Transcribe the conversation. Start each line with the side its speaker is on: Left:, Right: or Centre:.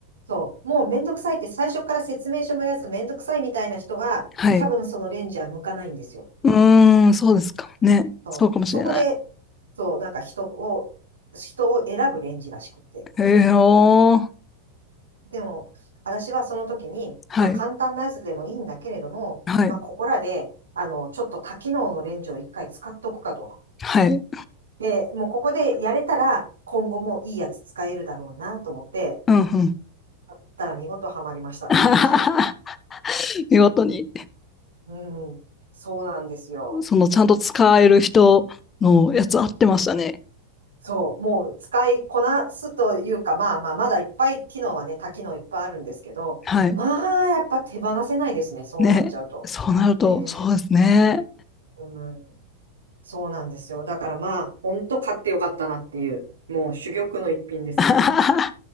Right: そう、もうめんどくさいって最初から説明書もやらずめんどくさいみたいな人は、
Left: はい。
Right: 多分そのレンジは向かないんですよ。
Left: うーん、そうですかもね。
Right: そう、
Left: そうかもしれない。
Right: そこで、そう、なんか人を、人を選ぶレンジらしくて。
Left: へえ、おー。
Right: でも、私はその時に、
Left: はい。
Right: まあ、簡単なやつでもいいんだけれども、
Left: はい。
Right: まあ、ここらで、あの、ちょっと多機能のレンジを一回使っとくかと。
Left: はい。
Right: で、もうここでやれたら、今後もいいやつ使えるだろうなと思って、
Left: うん、うん。
Right: やったら見事ハマりましたね、
Left: <laughs>
Right: 私。
Left: 見事に、
Right: うん、そうなんですよ。
Left: その、ちゃんと使える人のやつ合ってましたね。
Right: そう、もう使いこなすというか、まあまあ、まだいっぱい機能はね、多機能いっぱいあるんですけど、
Left: はい。
Right: まあ、やっぱ手放せないですね、そうなっちゃうと。
Left: ね。そうなると、
Right: ね
Left: そうですね。
Right: え、うん。そうなんですよ。だからまあ、ほんと買ってよかったなっていう、もう珠玉の一品ですね。
Left: <laughs>